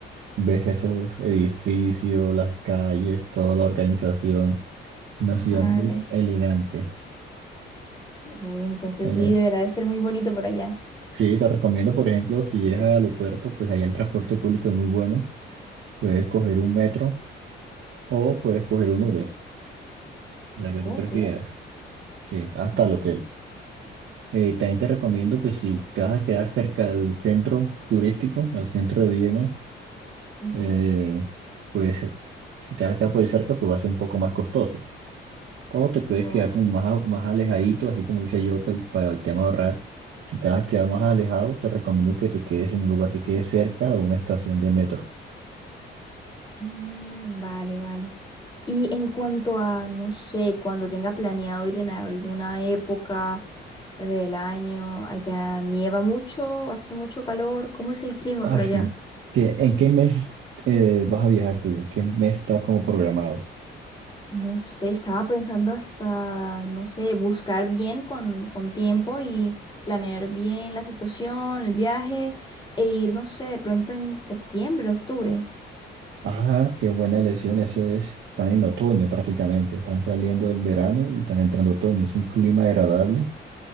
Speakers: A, on the right; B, on the left.
A: ves esos edificios, las calles, toda la organización, una ciudad
B: Vale.
A: muy elegante.
B: Uy, entonces
A: Eh,
B: sí, deberá de ser muy bonito por allá.
A: sí, te recomiendo, por ejemplo, si llegas al aeropuerto, pues allá el transporte público es muy bueno, puedes coger un metro o puedes coger un
B: Ujú.
A: Uber, la que
B: Ok,
A: tú prefieras, sí, hasta
B: vale.
A: el hotel. Eh, también te recomiendo, pues si te vas a quedar cerca del centro turístico, al centro de Viena,
B: Ujú.
A: eh, pues si te vas a quedar por ahí cerca, pues va a ser un poco más costoso. O te puedes
B: Ok.
A: quedar como más, a- más alejadito, así como dice yo, pa- para el tema de ahorrar. Si te vas a quedar más alejado, te recomiendo que te quedes en un lugar que quede cerca de una estación de metro.
B: Mm, vale, vale. Y en cuanto a, no sé, cuando tenga planeado ir en alguna época del año, allá nieva mucho, hace mucho calor, ¿cómo es el clima
A: Ah,
B: por
A: sí.
B: allá?
A: ¿Qué- en qué mes eh, vas a viajar tú? ¿En qué mes está como programado?
B: No sé, estaba pensando hasta, no sé, buscar bien con, con tiempo y planear bien la situación, el viaje, e ir, no sé, de pronto en septiembre, octubre.
A: Ah, qué buena elección. Ese es, están en otoño prácticamente. Están saliendo del verano y están entrando otoño. Es un clima agradable.